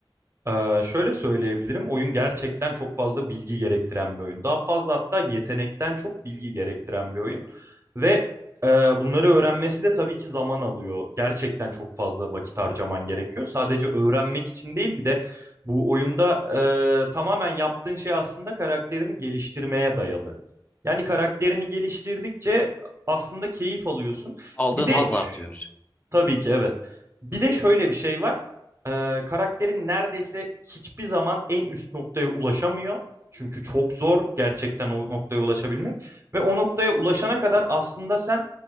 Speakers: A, on the right; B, on the left.
A: Ee, şöyle söyleyebilirim. Oyun gerçekten çok fazla bilgi gerektiren bir oyun. Daha fazla hatta yetenekten çok bilgi gerektiren bir oyun. Ve e, bunları öğrenmesi de tabii ki zaman alıyor. Gerçekten çok fazla vakit harcaman gerekiyor. Sadece öğrenmek için değil bir de bu oyunda e, tamamen yaptığın şey aslında karakterini geliştirmeye dayalı. Yani karakterini geliştirdikçe aslında keyif alıyorsun.
B: Aldığın
A: Bir de
B: haz artıyor.
A: Tabii ki evet. Bir de şöyle bir şey var. Ee, karakterin neredeyse hiçbir zaman en üst noktaya ulaşamıyor. Çünkü çok zor gerçekten o noktaya ulaşabilmek. Ve o noktaya ulaşana kadar aslında sen